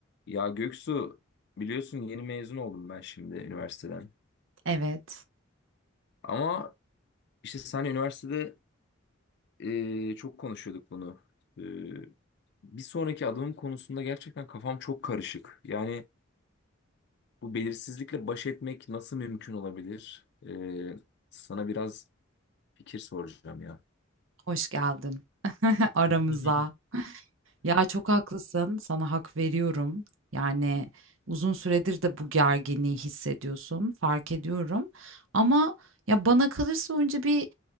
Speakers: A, on the left; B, on the right.
A: Ya Göksu biliyorsun yeni mezun oldum ben şimdi üniversiteden.
B: Evet,
A: Ama işte sen üniversitede e, çok konuşuyorduk bunu. E, bir sonraki adımım konusunda gerçekten kafam çok karışık. Yani bu belirsizlikle baş etmek nasıl mümkün olabilir? E, sana biraz fikir soracağım ya.
B: hoş geldin <laughs> aramıza.
A: <laughs>
B: Ya çok haklısın, sana hak veriyorum. Yani uzun süredir de bu gerginliği hissediyorsun, fark ediyorum. Ama ya bana kalırsa önce bir